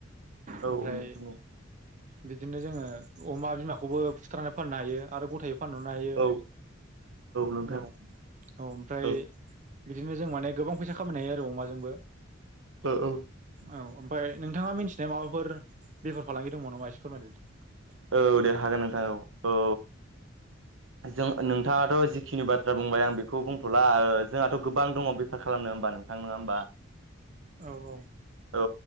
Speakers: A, on the right; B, on the right.
A: औ
B: ओमफ्राय
A: औ औ
B: बिदिनो जोङो अमा बिमाखौबो फुथारनानै फाननो हायो आरो गथायै फानहरनो हायो
A: औ नोंथां
B: औ औ ओमफ्राय
A: औ
B: बिदिनो जों माने गोबां फैसा खामायनो हायो आरो अमाजोंबो,
A: ओ औ
B: औ ओमफ्राय नोंथाङा मिथिनाया माबाफोर बेफार फालांगि दंब नामा एसे फोरमाय होद
A: औ दे हागोन नोंथां औ औ जों नोंथाङाथ जिखिनि बाथ्रा बुंबाय आं बेखौ बुंथला ओओ जोंहाथ गोबां दङ बेफार खालामनो होमबा नोंथां नङा होमबा
B: औ
A: औ